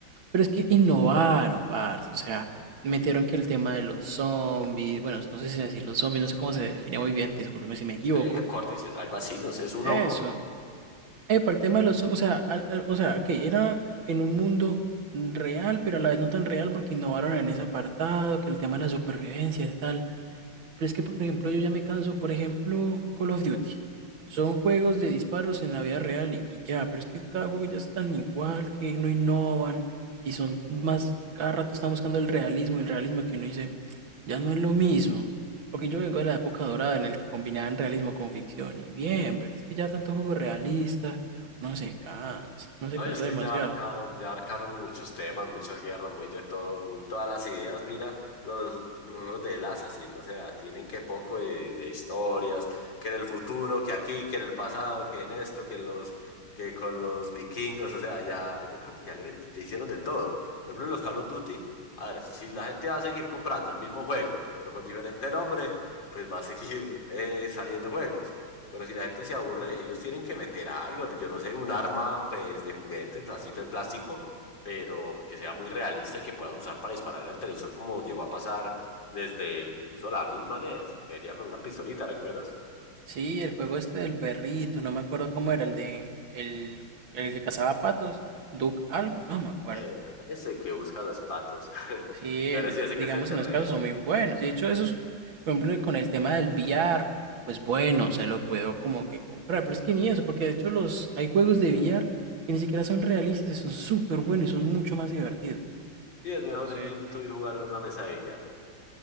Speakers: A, on the right; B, on the left.
A: Pero es que innovaron, parce, o sea, metieron que el tema de los zombies, bueno, no sé si decir los zombies, no sé cómo se define muy bien, discúlpeme si me equivoco.
B: El córdice, algo así, no sé, es un
A: Eso,
B: hongo.
A: Eh, para el tema de los, o sea, al- al- o sea, que era en un mundo real, pero a la vez no tan real porque innovaron en ese apartado, que el tema de la supervivencia y tal. Pero es que, por ejemplo, yo ya me canso, por ejemplo, Call of Duty. Son juegos de disparos en la vida real y y ya, pero es que cada juego ya es tan igual, que no innovan y son más, cada rato están buscando el realismo, el realismo que uno dice, ya no es lo mismo. Porque yo vengo de la época dorada en el que combinaban realismo con ficción y bien, pero es que ya tanto juego realista, uno se cansa, uno se
B: No,
A: cansa
B: y es que
A: demasiado.
B: ya abarcaron, ya abarcaron muchos temas, muchas guerras, muy de todo, muy todas las ideas. Mira, los los juegos de las así, no sea, tienen que poco de, de historias, que en el futuro, que aquí, que en el pasado, que en esto, que en los, que con los vikingos, o sea, ya, yo creo que ya le met- ya hicieron de todo. Por ejemplo, en los Call of Duty, a ver, si la gente va a seguir comprando el mismo juego, pero con diferente nombre, pues va a seguir eh, saliendo juegos. Pero si la gente se aburre, ellos tienen que meter algo, yo no sé, un arma pues de juguetes, así de plástico, pero que sea muy realista y que puedas usar para disparar al el televisor como llegó a pasar desde incluso la misma NES, que venía con una pistolita, ¿recuerdas?
A: Sí, el juego este del perrito, no me acuerdo cómo era, el de el, el que cazaba patos, Duck algo, no me acuerdo.
B: Eh, ese que busca los patos, <laughs>
A: Sí,
B: pero
A: en eso,
B: sí, ese
A: digamos
B: que se te
A: en
B: reía.
A: los casos
B: de
A: son
B: ti.
A: muy buenos. Y de hecho, esos, por ejemplo, con el tema del VR, pues bueno, se lo puedo como que comprar. Pero es que ni eso, porque de hecho los hay juegos de VR que ni siquiera son realistas y son súper buenos y son mucho más divertidos.
B: Sí, es mejor
A: Entonces,
B: ir
A: imagínate.
B: tú y jugar en una mesa de billar.